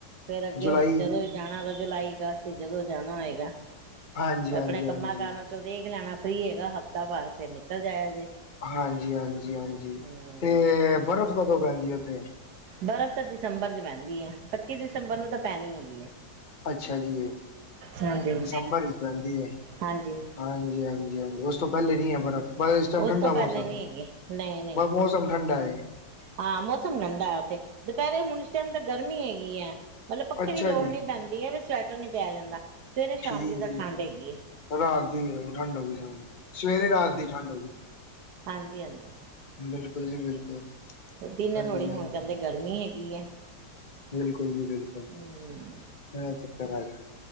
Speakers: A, on the right (about 65°); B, on the left (about 30°).
A: ਫੇਰ ਅੱਗੇ
B: ਜੁਲਾਈ
A: ਹੁਣ ਜਦੋਂ ਜਾਣਾ ਹੋਏਗਾ ਜੁਲਾਈ ਅਗਸਤ ਜਦੋਂ ਜਾਣਾ ਹੋਏਗਾ
B: ਹਾਂਜੀ ਹਾਂਜੀ
A: ਆਪਣੇ
B: ਹਾਂਜੀ
A: ਕੰਮਾਂ ਕਾਰਾਂ ਦੇਖ ਲੈਣਾ ਸਰੀ ਹੈਗਾ ਹਫ਼ਤਾ ਭਾਰ ਫੇਰ ਨਿਕਲ ਜਾਇਆ ਜੇ।
B: ਹਾਂਜੀ ਹਾਂਜੀ ਹਾਂਜੀ
A: ਹਮ
B: ਤੇ ਬਰਫ਼ ਕਦੋਂ ਪੈਂਦੀ ਹੈ ਉੱਥੇ।
A: ਬਰਫ਼ ਤਾਂ ਦਸੰਬਰ ਚ ਪੈਂਦੀ ਹੈ ਪੱਚੀ ਦਸੰਬਰ ਨੂੰ ਤਾਂ ਪੈਣੀ ਹੈਗੀ ਹੈ।
B: ਅੱਛਾ ਜੀ
A: ਹਾਂਜੀ
B: ਦਸੰਬਰ ਵਿੱਚ ਪੈਂਦੀ ਹੈ।
A: ਹਾਂਜੀ
B: ਹਾਂਜੀ ਹਾਂਜੀ ਹਾਂਜੀ ਉਸ ਤੋਂ ਪਹਿਲੇ ਨੀ ਹੈ ਬਰਫ਼। ਬਸ ਇਸ ਟਾਈਮ
A: ਉਸ
B: ਠੰਡਾ
A: ਤੋਂ
B: ਮੌਸਮ
A: ਪਹਿਲੇ ਨੀ
B: ਹੈ
A: ਹੈਗੀ ਨਹੀਂ ਨਹੀਂ
B: ਬਸ ਮੌਸਮ ਠੰਡਾ ਹੈ।
A: ਹਾਂ ਮੌਸਮ ਠੰਡਾ ਹੈ ਉੱਥੇ ਦੁਪਹਿਰੇ ਹੁਣ ਇਸ ਟਾਈਮ ਤਾਂ ਗਰਮੀ ਹੈਗੀ ਹੈ। ਮਤਲਬ ਪੱਖੇ
B: ਅੱਛਾ
A: ਦੀ ਲੋੜ
B: ਜੀ,
A: ਨੀ ਪੈਂਦੀ ਐਵੀ ਸਵੈਟਰ ਨੀ ਪੈ ਜਾਂਦਾ ਸਵੇਰੇ ਸ਼ਾਮ
B: ਠੀਕ
A: ਦੀ ਤਾਂ
B: ਹੈ ਜੀ
A: ਠੰਡ ਹੈਗੀ ਹੈ।
B: ਰਾਤ ਦੀ ਠੰਡ ਹੋ ਗਈ ਸਵੇਰੇ ਰਾਤ ਦੀ ਠੰਢ ਹੋ ਗਈ
A: ਹਾਂਜੀ- ਹਾਂਜੀ।
B: ਬਿਲਕੁਲ ਜੀ ਬਿਲਕੁਲ।
A: ਦਿਨੇ
B: ਹਾਂਜੀ,
A: ਥੋੜ੍ਹੀ ਹੁਣ
B: ਹਾਂਜੀ
A: ਕਹਿੰਦੇ ਗਰਮੀ ਹੈਗੀ ਹੈ।
B: ਬਿਲਕੁਲ ਜੀ ਬਿਲਕੁਲ
A: ਹਮ
B: ਇਹ ਚੱਕਰ ਹੈਗਾ